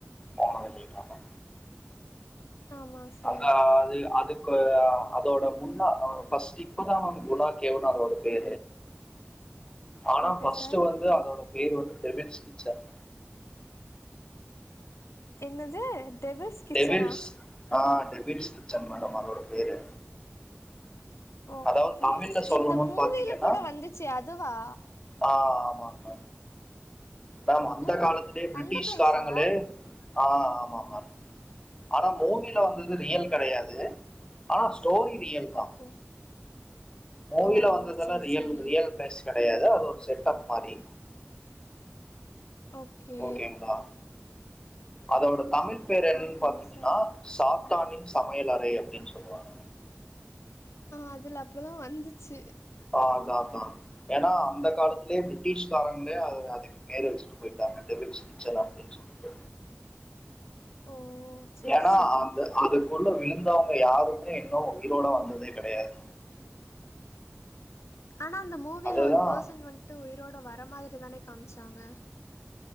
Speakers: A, on the left (about 20°); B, on the left (about 80°).
A: போனதில்லை மாமா
B: ஆமா சார்
A: அவ்ங்க அது அதுக் குஆ அதோட முன்னா ஓ ஃபஸ்ட் இப்பதா அவ்னுக்கு ஆனா
B: ஓகே
A: ஃபஸ்ட்டு
B: சார்
A: வந்து அதோட பேர் வந்து ப்ரவின்ஸ் கிச்சன்
B: என்னது டெவில்ஸ் கிச்சனா
A: டெவில்ஸ் ஆ டெவில்ஸ் விச்சன் மேடம் அதோட பேரு
B: ஓகே
A: அதாவ் தமிழ்ல சொல்லணுன்
B: இந்த மூவில
A: பாத்தீங்கன்னா
B: கூட வந்துச்சே அதுவா
A: ஆ ஆமாங்மா மேம் அந்த
B: ஓ
A: காலத்திலே ப்ரிட்டிஷ்காரங்களே
B: அந்த பிளேஸா
A: ஆ ஆமாமா ஆனா மூவில வந்தது
B: ஓகே
A: ரியல்
B: ஓகே
A: கெடையாது ஆனாஸ் ஸ்டோரி ரியல் தா
B: ஓகே
A: மூவில
B: ஓ
A: வந்ததெல்லா
B: சேரி
A: ரியல்
B: சேரி
A: ரியல் பேஸ் கெடையாது அது ஒரு செட் அப் மாரி
B: ஓகே
A: ஓகேங்ளா அதோட தமிழ் பேர் என்னன்
B: ஓகே
A: பாத்தீங்கன்னா
B: சார்
A: சாத்தானின் சமையல் அறை அப்படின் சொல்லுவாங்க
B: அதுல அப்படிதா வந்துச்சு
A: ஆ அதா அதா ஏனா அந்த காலத்திலே ப்ரிட்டிஷ்காரங்ளே அது அதிக் மேரே வச்சிட்டு போய்ட்டாங்க டெவில்ஸ் சுச்சலாம் அப்டின் சொல்ட்டு
B: ஓ சேரி
A: ஏன்னா
B: சேரி
A: அந்த அதுக்குள்ள விழுந்தவங்க யாருமே இன்னு உயிரோட வந்ததே கெடையாது
B: ஆனா அந்த மூவில
A: அதுதான்
B: ஒரு பெர்சன் வந்துட்டு உயிரோட வர மாதிரி தானே காமிச்சாங்க